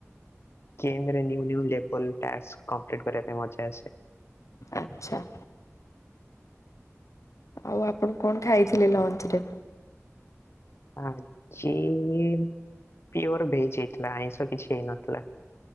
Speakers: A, on the left; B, on the left.
A: ଗେମ ରେ new new level task complete କରିବା ପାଇଁ ମଜା ଆସେ।
B: ଆଚ୍ଛା ଆଉ ଆପଣ କଣ ଖାଇଥିଲେ ଲଞ୍ଚ ରେ?
A: ଆଜି ପିଓର ଭେଜ ହେଇଥିଲା ଆଇଁଷ କିଛି ହେଇନଥିଲା